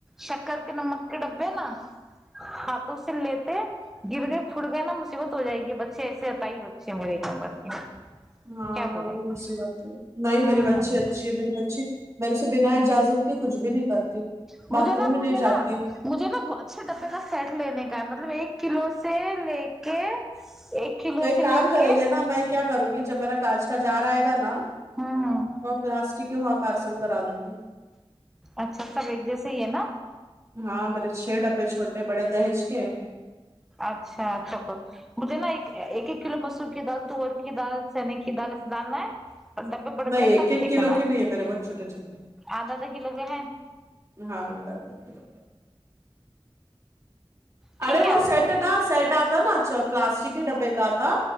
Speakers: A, in the centre; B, on the right.
A: شکر کے نمک کے ڈبے نا ہاتھوں سے لیتے گر گئے پٹ گئے نا مصیبت ہو جائے گی بچے ایسے آتائی بچے میرے ایک نمبر کے
B: ہاں
A: کیا
B: وہ
A: بول
B: بھی
A: رہے ہیں
B: مصیبت ہے نہیں میری
A: ہوں
B: بچی اچھی ہے میری بچی میرے سے بنا اجازت کے کچھ بھی نہیں کرتی
A: مجھے
B: باتھ روم
A: نا
B: میں
A: مجھے
B: نہیں
A: نا
B: جاتی
A: مجھے نا اچھے ڈبے کا سیٹ لینے کا ہے مطلب ایک کلو سے لے کے ایک کلو
B: تو ایک
A: سے لے
B: کام کرے
A: کے
B: گے نا میں کیا کروں گی جب میرا کاج کا جار آئے گا نا
A: ہوں ہوں
B: اور پلاسٹک کے وہاں پارسل کرا دوں گی
A: اچھا سب ایک جیسے ہی ہے نا
B: ہاں میرے چھ ڈبے چھوٹے بڑے دہج کے ہے
A: اچھا تو کو مجھے نا ایک ایک ایک کلو مسور کی دال تور کی دال چنے کی دال ایے ڈالنا ہے اور ڈبے بڑے
B: نہیں
A: بڑے
B: ایک
A: سب
B: ایک
A: پھینکنا
B: کلو کے نہیں ہے میرے بہت چھوٹے چھوٹے
A: آدھا آدھا کلو کے ہیں
B: ہاں ادھا ادھا کلو
A: ٹھیک
B: ارے
A: ہے
B: وہ
A: آدھا
B: سیٹ
A: آدھا کے
B: نا سیٹ اتا نا اچھا پلاسٹک کے ڈبے کا اتا